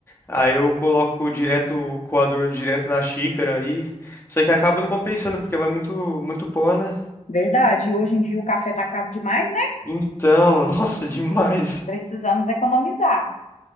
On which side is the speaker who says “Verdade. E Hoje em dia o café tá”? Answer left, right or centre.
Left